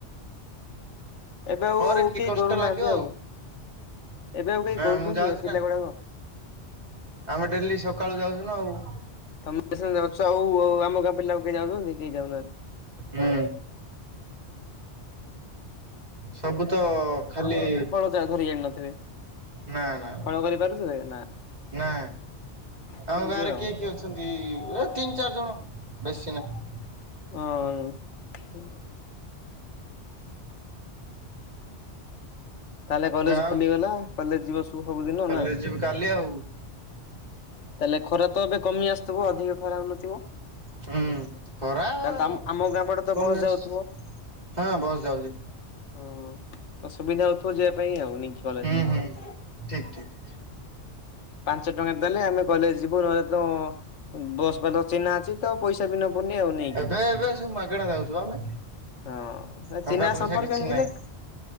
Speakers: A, on the left; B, on the right.
A: ଏବେ ଆଉ
B: ପରେ ଟିକେ
A: କେହି
B: କଷ୍ଟ
A: କରୁନାହାନ୍ତି
B: ଲାଗିବ
A: ଆଉ। ଏବେ ଆଉ କେହି
B: ନା
A: କରୁଛନ୍ତି
B: ମୁଁ ଯାଉଛି
A: ଏ ପିଲା
B: ନା
A: ଗୁଡାକ।
B: ଆମେ ଡେଲି ସକାଳୁ ଯାଉଚୁ ନା ଆଉ।
A: ତମେ ସି ଯାଉଚ ଆଉ ଆଉ ଆମ ଗାଁ ପିଲା ଆଉ କେହି ଯାଉଛନ୍ତି, କେହି ଯାଉନାହାନ୍ତି।
B: ହୁଁ। ସବୁ ତ ଖାଲି
A: ଦାଆ ଧରି ଜାଣି ନଥିବେ।
B: ନା ନା
A: ହଳ କରିପାରୁଥିଲେ ନା।
B: ନା
A: ସେମିତି
B: ଆମ ଗାଁ ରେ
A: ଆଉ ହଁ।
B: କିଏ କିଏ ଅଛନ୍ତି? ଏ ତିନି ଚାରି ଜଣ ବେଶୀ ନାହିଁ।
A: <unintelligible> ତାହେଲେ କଲେଜ୍
B: ଆଉ
A: ଖୋଲିଗଲା। କଲେଜ ଯିବ ଶୁ ସବୁ ସବୁଦିନ
B: କଲେଜ
A: ନା?
B: ଯିବି କାଲି ଆଉ
A: ତାହେଲେ ଖରା ତ ଏବେ କମି ଆସୁଥିବ ଅଧିକ ଖରା ହଉନଥିବ?
B: ହୁଁ ଖରା <unintelligible>
A: ତାହେଲେ ଆମ ଆମ ଗାଁ ପଟେ ତ ବସ୍ ଯାଉଥିବ
B: ହଁ ବସ୍ ଯାଉଚି।
A: ହଁ। ତ ସୁବିଧା ହଉଥିବ ଯିବା ପାଇଁ ଆଉ ନା କି?
B: ହୁଁ ହୁଁ ଠିକ୍ ଠିକ୍।
A: ପାଞ୍ଚ ଟଙ୍କା ଦେଲେ ଆମେ କଲେଜ୍ ଯିବୁ ନହେଲେ ତ ବସ୍ ବାଲା ଚିହ୍ନା ଅଛି। ତ ପଇସା ବି ନବନି ଆଉ ନେଇକି।
B: ଏବେ ଏବେ ସବୁ ମାଗଣା ଯାଉଛୁ ଆମେ
A: ହଁ ଏ
B: ଟଙ୍କା
A: ଚିହ୍ନା
B: ପଇସା
A: ସମ୍ପର୍କ
B: କିଛି
A: ହେଇଗଲେ
B: ନାହିଁ।
A: <unintelligible>